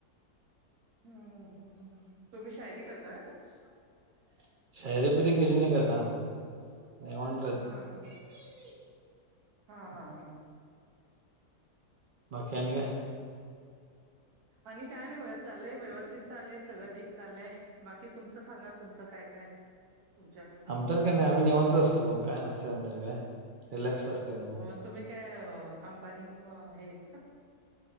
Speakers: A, on the right (about 65°); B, on the right (about 80°).
A: <unintelligible>
B: <unintelligible>
A: अहं हा ते मी मी अहं हं.
B: बाकी आणि काय?
A: आणि काय नाही बघा. चाललय व्यवस्थित चाललय. सगळं ठीक चाललय. बाकी तुमचं सांगा, तुमचं काय काय तुमच्याकडचं?
B: आमच्यात काय नाही आम्ही निवांत असतो वो काय नसतेय आमच्याकड रिलॅक्स असतय-
A: मग तुम्ही काय अंबानी किंवा हे आहेत का?